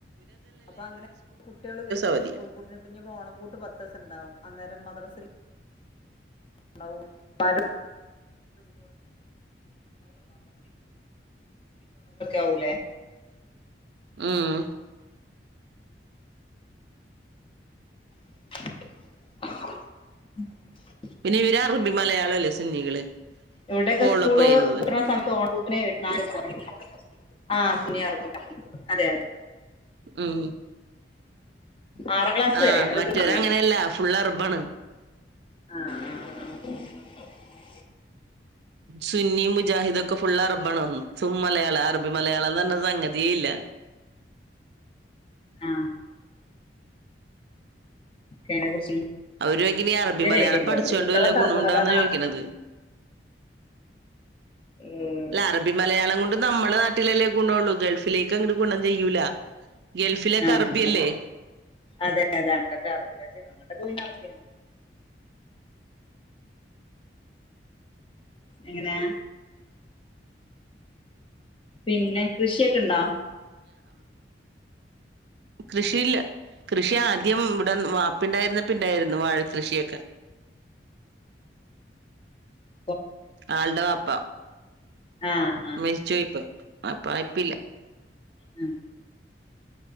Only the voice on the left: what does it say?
അപ്പൊ, അങ്ങനെ, കുട്ട്യാൾ, വരോ,
സ്കൂൾ പൂട്ടിന്, പ്പിനിപ്പോ, ഓണപ്പൂട്ട്, പത്തീസം, ണ്ടാവും, അന്നേരം, മദ്രാസിൽ <unintelligible> <unintelligible> ആാവൂലേ
<inaudible>
ഇവിടെക്കെ,
സ്കൂള്,
പൂട്ട്ണ, സമയത്ത്, ഓണ പ്പൂട്ട്ണ് <unintelligible> ആഹ, സുനിയറബി, അതെ, അതെ
ആറാം ക്ലാസ്
വരെ അത്
മതിയാണ്
ആ, ആ, ആ
ആ കേണ <unintelligible>
രായിട്ടില്ലേ
എന്നിട്ട് കുട്ടികളൊക്കെ
അറബിമലയാളാണ്
ഏ
ആഹ്
അതെ അതെ അങ്ങൊക്കെ അറബിയാണ് അറബിയാണ് എങ്ങനെയാ പിന്നെ കൃഷിയൊക്കെ ഉണ്ടോ
ഉം
ആഹ് ആഹ്
ഉം